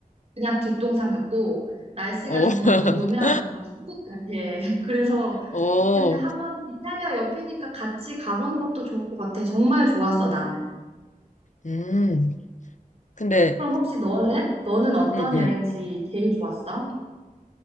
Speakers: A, on the right (about 45°); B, on the left (about 55°).
A: 그냥 뒷동산 같고 날씨가
B: 어,
A: 정말
B: <laughs>
A: 좋으면 정말 천국 같아. <laughs> 그래서
B: 어,
A: 근데 한번 이탈리아 옆이니까 같이 가보는 것도 좋을 것 같아. 정말 좋았어, 나는.
B: 음. 근데,
A: 그럼 혹시 너는? 너는 어떤
B: 응, 응.
A: 여행지 제일 좋았어?